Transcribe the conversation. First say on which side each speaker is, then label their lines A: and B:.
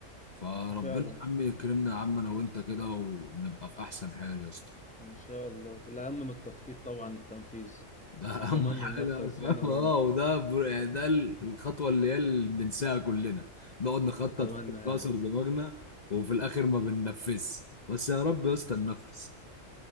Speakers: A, on the left; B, in the centre.
A: فربنا
B: فعلا
A: يا عم يكرمنا يا عم انا وانت كده ونبقى في احسن حال يا اسطى
B: إن شاء الله والأهم من التخطيط طبعا التنفيذ
A: ده اهم
B: أتمنى
A: حاجه
B: ننفذ
A: فاهم
B: أنا وأنت
A: اه وده بر- يعني ده ال- الخطوه اللي هي اللي بننساها كلنا نقعد نخطط
B: أتمنى
A: في
B: يعني
A: ناصر دماغنا وفي الاخر ما بننفذش بس يا رب يا اسطى ننفذ